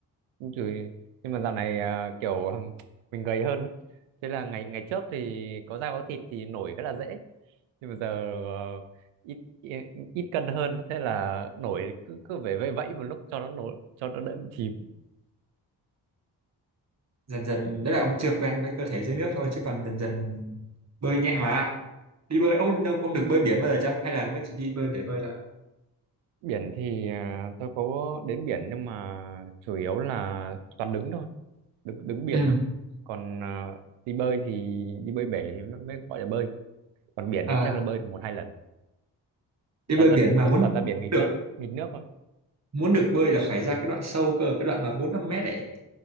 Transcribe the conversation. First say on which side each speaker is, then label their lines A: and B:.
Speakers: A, on the right (about 80°); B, on the right (about 35°).
A: Chửi. Nhưng mà dạo này à, kiểu <laughs> mình gầy hơn. ấy. Thế là ngày ngày trước thì có da có thịt thì nổi rất là dễ. Nhưng mà giờ ờ, ít, ít ít cân hơn thế là nổi cứ cứ về vẫy vẫy một lúc cho nó nổi cho nó đỡ bị chìm.
B: dần dần đấy là ông chưa quen với cơ thể dưới nước thôi chứ còn dần dần bơi nhẹ mà đi bơi ông ông được bơi biển bao giờ chưa hay là mới chỉ đi bơi bể bơi thôi
A: Biển thì à, tôi có đến biển nhưng mà chủ yếu là toàn đứng thôi, đứng đứng biển
B: ừ.
A: thôi. Còn à, đi bơi thì đi bơi bể thì mới mới gọi là bơi. Còn biển
B: à,
A: thì chắc là bơi được một hai lần.
B: đi
A: Toàn
B: bơi biển
A: ra
B: mà muốn
A: toàn ra biển nghịch
B: được
A: lớp, nghịch nước thôi.
B: muốn được bơi là phải ra cái đoạn sâu cơ cái đoạn mà bốn năm mét ấy